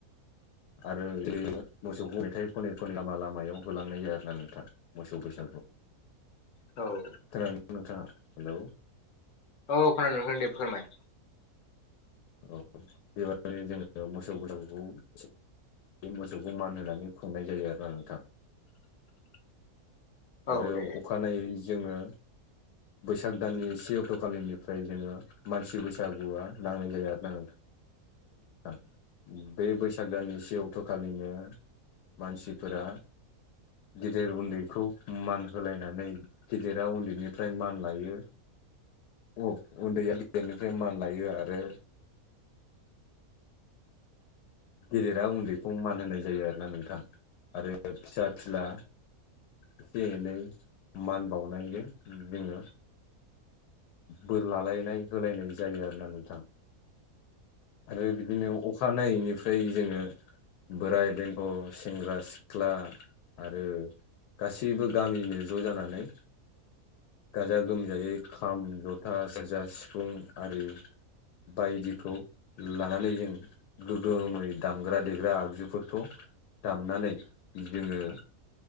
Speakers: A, on the left; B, on the left.
A: आरो <unintelligible> मोसौखौ मेथाइ खनै खनै लामा लामायाव होलांनाय जाया आरो ना नोंथां मोसौ बैसागुआव।
B: औ
A: खोनादों नोंथाङा? हेलौ
B: औ खोनादों नोथां दे फोरमाय।
A: औ बेबायदिनो जोङो मोसौ बैसागुखौ बे मोसौखौ मान होनानै खुंनाय जायो आरो ना नोंथां।
B: <inaudible> औ
A: आरो
B: दे दे।
A: अखानायै जोङो बैसाग दाननि से अक्ट' खालिनिफ्राय जोङो मानसि बैसागुआ नांनाय जायो आरो ना नोंथा। थां बे बैसाग दनि से अक्ट'खालिनो मानसिफोरा गिदिर उन्दैखौ मान होलायनानै गिदिरा उन्दैनिफ्राय मान लायो औ उन्दैया गेदेननिफ्राय मान लायो आरो गेदेरा उन्दैखौ मान होनाय जायो आरोना नोंथां आरो फिसा फिला एसे एनै मान बावनायजों जोङो बोर लालायनाय होलायनाय जायो आरोना नोंथां। आरो बिदिनो अखानायैनिफ्राय जोङो बोराय बेन्थ' सेंग्रा सिख्ला आरो गासैबो गामिनो ज' जानानै गाजा गोमजायै खाम जथा सेरजा सिफुं आरि बायदिखौ लानानै जों गोगोमै दामग्रा देग्रा आगजुफोरखौ दामनानै जोङो